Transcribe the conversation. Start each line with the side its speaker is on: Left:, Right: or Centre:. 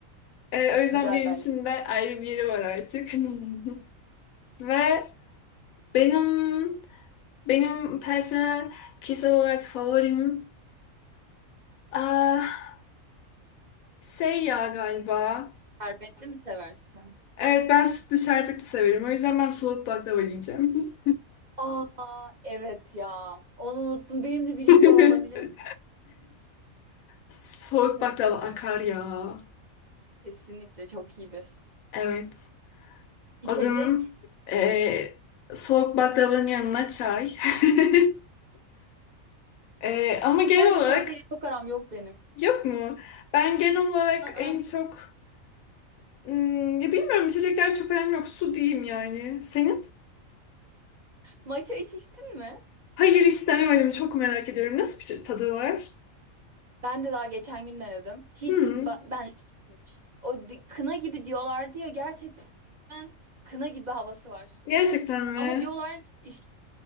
Left: Ee, o yüzden
Right: Güzel
Left: benim
Right: bence.
Left: için de ayrı bir yeri var artık. <laughs> Ve benim benim personel kişisel olarak favorim. Aa, Şey ya galiba.
Right: Şerbetli mi seversin?
Left: Evet ben sütlü şerbetli severim. O yüzden ben soğuk baklava diyeceğim.
Right: Aa evet ya. Onu unuttum. Benim de birinci
Left: <laughs>
Right: o olabilir.
Left: Soğuk
Right: Çok
Left: baklava
Right: güzel.
Left: akar ya.
Right: Kesinlikle çok iyidir.
Left: Evet.
Right: İçecek.
Left: O zaman eee, soğuk baklavanın yanına çay. <laughs> Eee, ama genel
Right: Çayla
Left: olarak
Right: kahveyle çok aram yok benim.
Left: yok mu? Ben genel olarak
Right: Aa,
Left: en çok hmm, ya bilmiyorum içecekler çok önemli yok. Su diyeyim yani. Senin?
Right: matcha hiç içtin mi?
Left: Hayır hiç denemedim. Çok merak ediyorum. Nasıl bir şey tadı var?
Right: Ben de daha geçen gün denedim. Hiç
Left: Hmm,
Right: ba- benlik değilmiş. O di- kına gibi diyorlardı ya gerçekten kına gibi havası var.
Left: gerçekten mi?
Right: Ama diyorlar işte